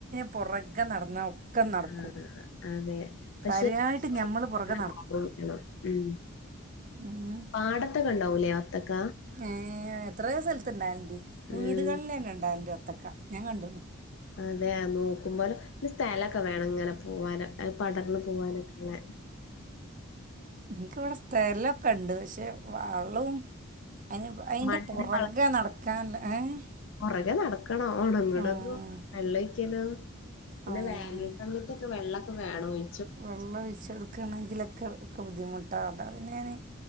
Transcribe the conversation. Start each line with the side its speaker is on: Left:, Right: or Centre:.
Right: പൊറകെ നടന്നാൽ ഒക്കെ നടക്കും.
Left: ആഹ് അതെ പക്ഷെ
Right: കാര്യായിട്ട് ഞമ്മള് പുറകെ
Left: <unintelligible> ഉം
Right: ആഹ്
Left: പാടത്തൊക്കെ ഇണ്ടാവുല്ലേ വത്തക്ക?
Right: ഏഹ് എത്രേ സ്ഥലത്ത് ഇണ്ടായാല്ണ്ട്. വീടുകളിൽ
Left: ഉം
Right: തന്നെ ഇണ്ടാവല്ണ്ട് വത്തക്ക ഞാൻ കണ്ട്ണ്.
Left: അതെ നോക്കുമ്പോലേ സ്ഥലക്കെ വേണം ഇങ്ങനെ പോവാന് അത് പടർന്ന് പോവാനക്ക്ണേ
Right: ഇൻക്ക് വടെ സ്ഥലം കണ്ട് പക്ഷേ വളും അയി അയിൻ്റെ
Left: മണ്ണിന്
Right: പൊറകെ നടക്കാൻ ഏഹ്
Left: പൊറകെ നടക്ക <unintelligible>
Right: ആഹ്
Left: വെള്ള ഒഴിക്കലോ പിന്നെ
Right: ആഹ്
Left: വേനൽ സമയത്തൊക്കെ വെള്ള വേണോയ്
Right: വെള്ളം ഒഴിച്ച് കെടുക്കണെങ്കിലൊക്കെ ഒക്കെ ബുദ്ധിമുട്ടാ അതാ പിന്നെ ഞാന്